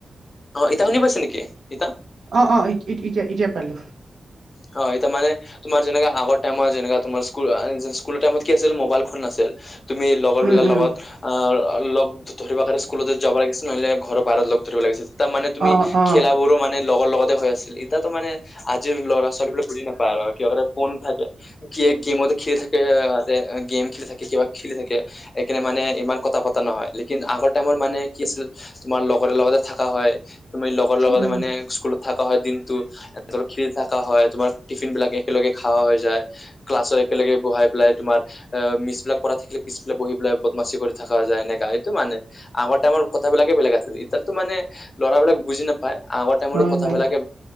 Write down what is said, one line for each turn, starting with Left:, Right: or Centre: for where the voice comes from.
Left: অ' এতিয়া শুনি পাইছে নেকি? ইতা
Right: অ অ এতিয়া এতিয়া। পালো
Left: হয়, এতিাৰ মানে তোমাৰ যেনেকা আগৰ টাইমত যেনে তোমাৰ স্কুল। স্কুলৰ টাইমত কি আছিল মোবাইল ফোন নাছিল। তুমি লগৰ
Right: উম
Left: বিলাৰ
Right: উম
Left: লগত অ লগ ধৰিবাখৰে স্কুলতে যাব লাগিছিল নহলে ঘৰৰ বাহিৰত লগ। ধৰিব লাগিছিল মানে তুমি
Right: অ অ
Left: খেলাবোৰো মানে লগৰ লগত হৈ আছিল ইতিতো মানে আজিৰ ল'ৰা ছোৱালীবিলাক বুজি নাপায় আৰু ফোন থাকে গে গেমত খেলি থাকেতে গেম খেলি থাকে কিবা খেলি থাকে সেইকাৰণে মানে ইমান কথা পতা নহয় লেকিন আগৰ টাইমৰ মানে কি আছিল তোমাৰ লগৰ হয় তুমি লগৰ লগতে
Right: উম
Left: মানে স্কুলত থাকা হয় দিনতটো খেলি থকা হয় তোমাৰ টিফিন বিলাক একেলগে খোৱা হৈ যায় ক্লাছত একেলগে বহাই পেলাই তোমাৰ <unintelligible> অ মিছ বিলাক কৰা থাকিলে পিছফালে বহি পেলাই বদমাচি কৰি থাকা যায় এনেকা এইটো মানে আগতে আমাৰ কথা বিলাকে বেলেগ আছিল এতিয়াতো মানে ল'ৰাবিলাক বুজি নাপাই আগৰ টাইমো
Right: হয়
Left: কথাবিলাকে
Right: হয়